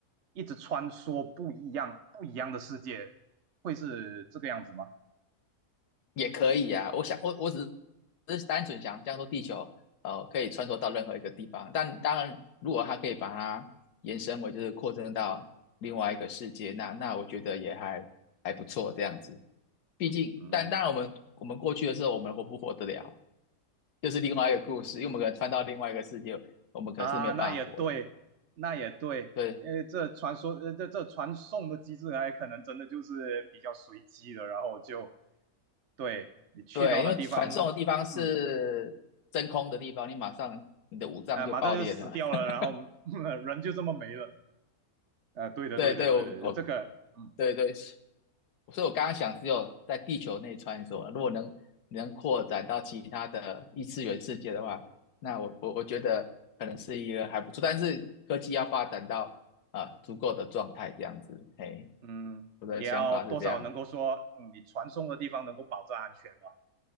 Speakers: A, on the right; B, on the left.
A: 一直穿梭不一样不一样的世界，会是这个样子吗？
B: 也可以啊。我想，我我只是只是单纯想象说地球呃可以穿梭到任何一个地方，但当然，如果它可以把它延伸为就是扩增到另外一个世界，那那我觉得也还还不错这样子。毕竟，
A: 嗯。
B: 但当然我们我们过去的时候，我们活不活得了，就是另外一个故事，因为我们可能穿到另外一个世界，我们可能是没有办法活的。
A: 啊，那也对，那也对，
B: 对
A: 因为这传说，呃，这这传送的机制还可能真的就是比较随机的，然后就对你去到的地方，
B: 对，因为传送的地方是真空的地方，
A: 嗯，
B: 你马上你的五脏就爆裂了。
A: 呃，马上就死掉了，
B: <laughs>
A: 然后、<laughs> 人就这么没了，呃，对的，
B: 对对，
A: 对的，对的，
B: 我我
A: 这个，嗯
B: 对对，所以我刚刚想只有在地球内穿梭，如果能能扩展到其他的异次元世界的话，那我我我觉得可能是一个还不错，但是科技要发展到啊、呃足够的状态这样子，嘿，
A: 嗯，
B: 我的想法是这样。
A: 也要多少能够说，嗯，你传送的地方能够保证安全嘛，